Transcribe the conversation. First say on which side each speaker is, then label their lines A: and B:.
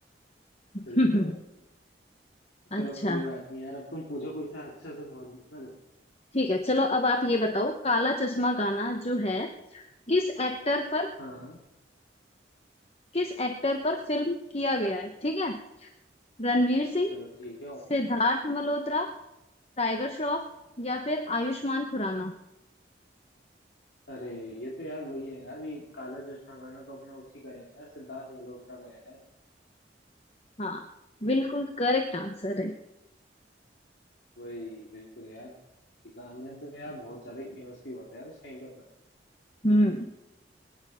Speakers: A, on the left; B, on the left.
A: <laughs>
B: बिल्कुल
A: अच्छा
B: चलो कोई बात नहीं यार अब तुम पूछो कोई सा अच्छा सा सवाल पूछना देखो
A: ठीक है चलो अब आप ये बताओ काला चश्मा गाना जो है किस एक्टर पर
B: हाँ
A: किस एक्टर पर फिल्म किया गया है ठीक है रणवीर सिंह
B: चलो ठीक है ऑप्शन
A: सिद्धार्थ मल्होत्रा टाइगर श्रॉफ या फिर आयुष्मान खुराना
B: अरे ये तो यार वही है यार ये काला चश्मा गाना तो अपना उसी का है यार सिद्धार्थ मल्होत्रा का है यार
A: हाँ बिल्कुल करेक्ट आंसर है
B: वही बिल्कुल यार ये गाना तो यार बहुत ज्यादा ही फेमस भी हुआ था यार उस टाइम पे अपना
A: हम्म